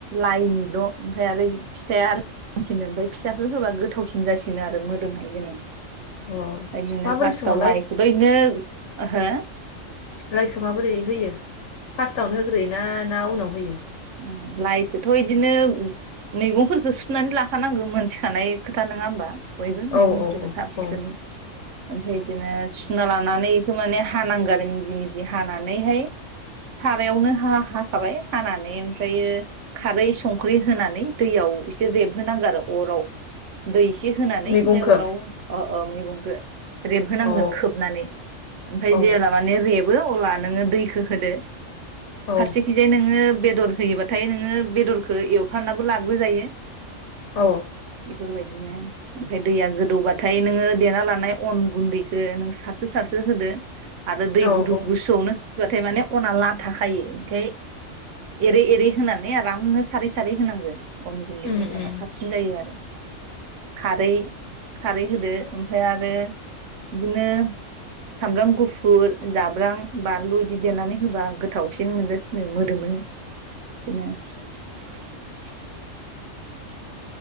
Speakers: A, on the right; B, on the left.
A: लाइनिल ओमफ्रायाय आरो यि फिसाया ओमफ्राय <unintelligible> फिसाखौ होबा गोथावसिन जासिनो आरो मोदोमनाय जोनो
B: अ
A: ओदिनो
B: माबोरै
A: फार्स्टआव
B: सङो
A: हो
B: लाइखौ माबोरै होयो फार्स्टआवनो होग्रोयोना ना उनाव होयो
A: ओ लाइखौथ बिदिनो मैगंफोरखौ सुनानै लाखानांगौ मोनथिखानाय खोथा नङा होमबा बयबो मैगंफोरखो
B: औ औ औ
A: साब सिखोनै
B: औ
A: ओमफ्राय बिदिनो सुना लानानै बेखौ माने हानांगो आरो मिजि मिजि हानानैहाय सारायावनो हा हाखाबाय हानानै ओमफ्रायो खारै संख्रि होनानै दैयाव एसे रेबहोनांगौ आरो अराव दै एस होनानै
B: मैगंखो
A: ओमफ्राय अराव ओ ओ मैगंखो रेबहोनांगो
B: अ
A: खोबनानै ओमफ्राय
B: औ
A: जेब्ला माने रेबो अब्ला नोङो दैखो होदो
B: औ
A: फारसेखिजाय नोङो बेद दर होयोबाथाय नोङो बेदरखो एवफ्रानाबो लाग्रोजायो
B: औ
A: बेफोरबायदिनो ओमफ्राय दैया गोदौबाथाय नोङो देना लानाय अन गुन्दैखो नों सारस्रो सारस्रो होदो आरो दै
B: औ
A: गुदु
B: औ
A: गुसुआवनो होबाथाय माने अना लाथाखायो ओंखाय एरै एरै होनानै आरामनो सारै सारै होनांगो अन गुनदैखौ
B: उम
A: होमबाना
B: उम
A: साबसिन जायो आरो खारै खारै होदो ओमफ्राय आरो बिदिनो सामब्राम गुफुर जाब्रां बानलु बिदि देनानै होबा गोथावसिन मोनजासिनो मोदोमो <unintelligible>